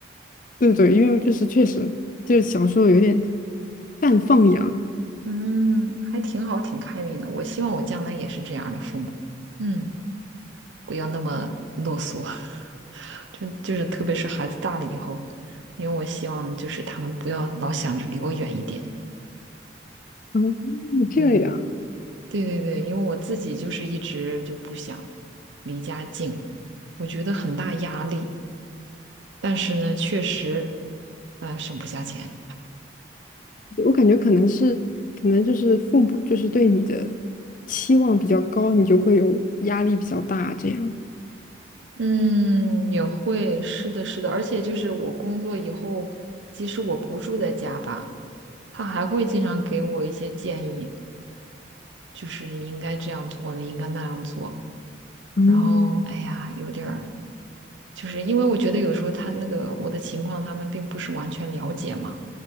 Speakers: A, on the left (about 45°); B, on the right (about 75°).
A: 对对，因为就是确实就是小时候有点半放养，
B: 嗯，还挺好，挺开明的。我希望我将来也是这样的父母。嗯。不要那么啰嗦，<laughs> 就就是特别是孩子大了以后，因为我希望就是他们不要老想着离我远一点。
A: 然后嗯这样，
B: 嗯，对对对，因为我自己就是一直就不想离家近，我觉得很大压力，但是呢，确实，呃，省不下钱。
A: 我感觉可能是可能就是父母就是对你的期望比较高，你就会有压力比较大这样。
B: 嗯，也会，是的，是的，而且就是我工作以后，即使我不住在家吧，他还会经常给我一些建议，就是你应该这样做，你应该那样做。
A: 嗯
B: 然后哎呀，有点儿，就是因为我觉得有时候他那个我的情况，他们并不是完全了解嘛。